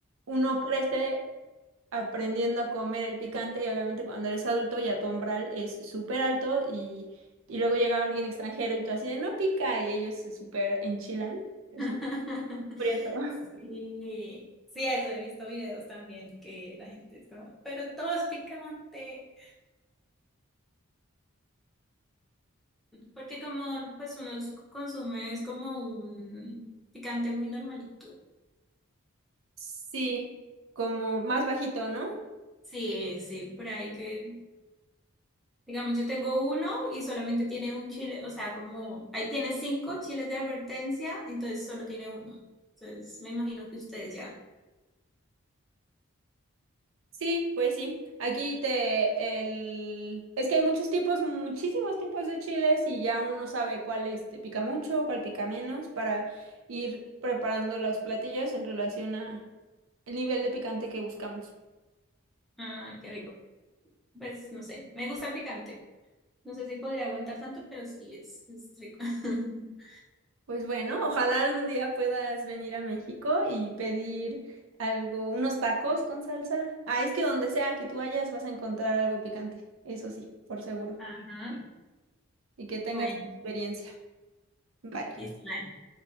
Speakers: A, on the right; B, in the centre.
A: uno crece aprendiendo a comer el picante y obviamente cuando eres adulto ya tu umbral es súper alto y, y luego llega alguien extranjero y tú así de no pica y ellos se súper enchilan. Es
B: <laughs>
A: muy curioso. <laughs>
B: Sí, sí, eso he visto videos también que la gente es como, pero todo es picante. Porque como pues uno es- consume es como un picante muy normalito.
A: Sí, como más bajito, ¿no?
B: Sí, sí, por ahí que Digamos, yo tengo uno y solamente tiene un chile, o sea, como ahí tiene cinco chiles de advertencia, entonces solo tiene uno. Entonces, me imagino que ustedes ya.
A: Sí, pues sí. Aquí te el es que hay muchos tipos, muchísimos tipos de chiles y ya uno sabe cuál este pica mucho, cuál pica menos para ir preparando los platillos en relación a el nivel de picante que buscamos.
B: Ah, qué rico. Pues no sé, me gusta el picante. No sé si podría aguantar tanto, pero sí, es, es rico. <laughs>
A: Pues bueno, ojalá algún día puedas venir a México y pedir algo, unos tacos con salsa. Ah, es que donde sea que tú vayas vas a encontrar algo picante, eso sí, por seguro.
B: Ajá.
A: Y que tengas
B: Bueno,
A: experiencia. Vale.
B: listo.